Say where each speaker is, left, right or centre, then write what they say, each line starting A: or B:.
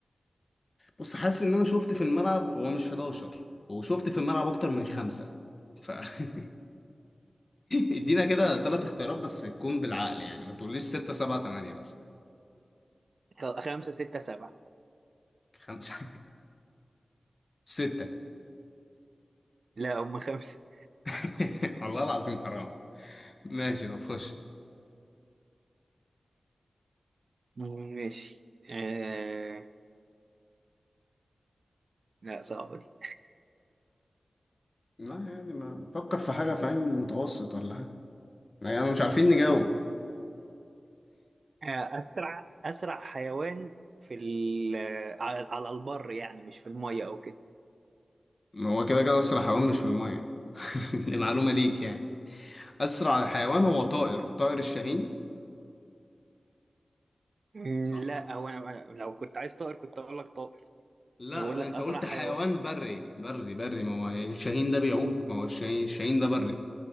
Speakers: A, on the left (about 40°); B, on the right (about 70°).
A: بص حاسس ان انا شفت في الملعب هو مش 11 وشفت في الملعب اكتر من خمسة ف <laughs> ادينا كده ثلاث اختيارات بس تكون بالعقل يعني ما تقوليش 6 7 8 بس
B: خ- خمسة ستة سبعة
A: خمسة <laughs> ستة
B: لا هم خمسة
A: <laughs> والله العظيم حرام ماشي طب خش
B: مم، ماشي آه... لا صعبة دي
A: لا يعني ما فكر في حاجة فاهم متوسط ولا حاجة يعني مش عارفين نجاوب
B: اسرع اسرع حيوان في ال- على على البر يعني مش في الميه او كده
A: ما هو كده كده أسرع حيوان مش في المية <laughs> دي معلومة ليك يعني أسرع حيوان هو طائر طائر الشاهين
B: أمم،
A: صح
B: لا
A: ولا
B: هو انا أنا لو كنت عايز طائر كنت اقول لك طائر
A: لا
B: أنا بقول
A: لا
B: لك
A: أنت
B: اسرع
A: قلت
B: حيوان
A: حيوان بري بري بري ما هو الشاهين ده بيعوم ما هو الشاهين الشاهين ده بري